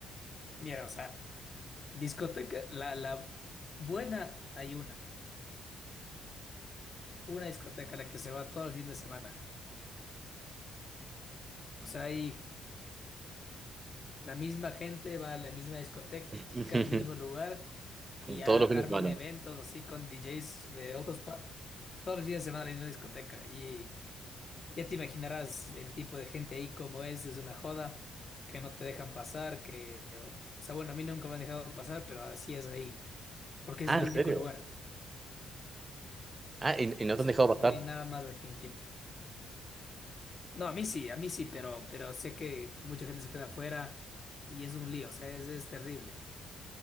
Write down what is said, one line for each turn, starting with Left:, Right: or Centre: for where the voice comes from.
Left: Mira, o sea, discoteca, la, la buena hay una. Una discoteca a la que se va todo el fin de semana. O sea, hay la misma gente, va a la misma discoteca,
Right: <laughs>
Left: al mismo lugar, y a-
Right: Todos los fines
Left: arman
Right: de semana.
Left: eventos así con DJs de otros pa todos los fines de semana a la misma discoteca. Y ya te imaginarás el tipo de gente ahí como es, es una joda, que no te dejan pasar, que, o sea, bueno, a mí nunca me han dejado pasar, pero así es ahí, porque es
Right: Ah,
Left: el
Right: ¿en
Left: único
Right: serio?
Left: lugar.
Right: Ah, y, y no te
Left: O sea,
Right: han dejado pasar.
Left: no hay nada más aquí en Quito. No, a mí sí, a mí sí, pero, pero sé que mucha gente se queda afuera y es un lío, o sea, es, es terrible.